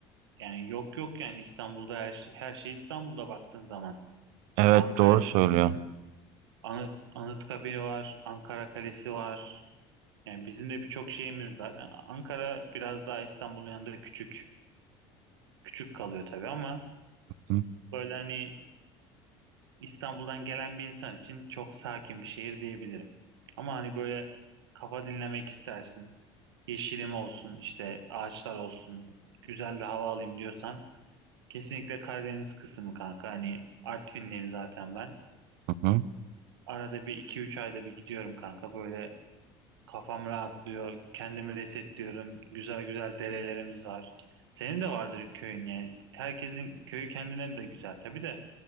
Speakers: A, on the right; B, on the right.
A: Yani yok yok yani İstanbul'da her şey, her şey İstanbul'da baktığın zaman.
B: evet
A: Ankara
B: doğru
A: Belediyesi'nin
B: söylüyorsun.
A: Anıt, Anıtkabir var, Ankara Kalesi var. Yani bizim de birçok şeyimiz var. Yani Ankara biraz daha İstanbul'un yanında küçük küçük kalıyor tabii ama
B: Hı,
A: böyle hani İstanbul'dan gelen bir insan için çok sakin bir şehir diyebilirim. Ama hani böyle kafa dinlemek istersin, yeşilim olsun, işte ağaçlar olsun, güzel de hava alayım diyorsan Kesinlikle Karadeniz kısmı kanka. Hani Artvinliyim zaten ben.
B: hı, hı.
A: Arada bir iki üç ayda bir gidiyorum kanka. Böyle kafam rahatlıyor. Kendimi resetliyorum. Güzel güzel derelerimiz var. Senin de vardır köyün yani. Herkesin köyü kendine de güzel tabii de.